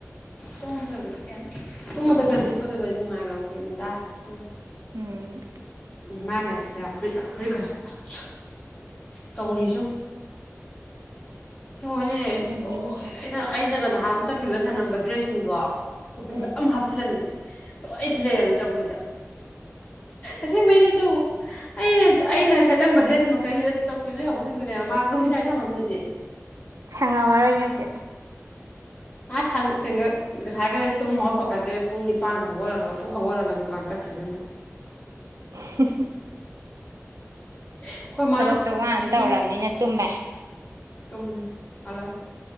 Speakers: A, on the left (about 30°); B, on the right (about 85°).
A: <inaudible> ꯇꯨꯝꯕꯗꯀ ꯂꯤꯠꯄꯒꯒ ꯑꫭꯏꯔꯗꯤ ꯅꯨꯡꯉꯥꯏꯈ꯭ꯔꯕ ꯐꯨꯔꯤꯠꯅꯤꯗꯥ ꯑꯗꯨꯝ꯫
B: ꯎꯝ
A: ꯃꯥꯅ ꯁꯤꯗ ꯐꯨꯔꯤ ꯐꯨꯔꯤꯠ ꯈꯁꯪꯠ ꯇꯧꯔꯤꯖꯦꯌꯧ꯫ ꯍꯈꯣꯏꯅꯦ
B: ꯂꯣꯏꯁꯟꯕꯤꯌꯨ
A: ꯂꯣꯏꯅ
B: ꯂꯣꯏꯁꯟꯕꯤꯌꯨ
A: ꯑꯩꯅꯒ ꯅꯍꯥꯟ ꯆꯠꯈꯤꯕꯗ ꯊꯅꯝꯕ ꯗ꯭ꯔꯦꯁꯁꯤꯡꯗꯣ ꯎꯄꯨꯗ
B: ꯎꯝ
A: ꯑꯃ ꯍꯥꯞꯆꯤꯜꯂꯝꯗꯦ ꯂꯣꯏ ꯁꯤ ꯂꯩꯔꯝꯃꯤ ꯆꯧꯀ꯭ꯔꯤꯗ꯫ ꯑꯁꯦꯡꯕꯩꯩꯅꯦ ꯇꯨ ꯑꯩꯅ ꯑꯩꯅ ꯁꯦꯠꯂꯝꯕ ꯗ꯭ꯔꯦꯁ ꯃꯈꯩꯁꯤꯗ ꯆꯧꯀ꯭ꯔꯤꯗ ꯂꯩꯍꯧꯕꯁꯤꯡꯗꯨꯅꯦꯕ ꯃꯥ ꯂꯣꯏꯅ ꯆꯥꯏ ꯊꯝꯃꯝꯃꯤꯁꯦ꯫
B: ꯁꯦꯡꯑꯝꯑꯔꫭꯏ ꯅꫭꯏ ꯆꯦ꯫
A: <unintelligible> ꯉꯁꯥꯏꯒ ꯇꯨꯝ ꯍꯧꯒꯠꯄꯒꯁꯦ ꯄꯨꯡ ꯅꯤꯄꯥꯟ ꯍꯧꯒꯠꯂꯒ ꯄꯨꯛ ꯍꯧꯒꯠꯂꯒ ꯗꯨꯀꯥꯟ ꯆꯠ <unintelligible>
B: <unintelligible>
A: ꯑꯩꯈꯣꯏ ꯃꯥꯅ
B: ꯊꯕꯛꯇꯣ ꯋꯥꯅ
A: ꯉꯁꯤ
B: ꯇꯧꯔꯕꯅꯤꯅ ꯇꯨꯝꯃꯦ꯫
A: ꯇꯨꯝꯃꯦ ꯍꯂꯛꯑ꯫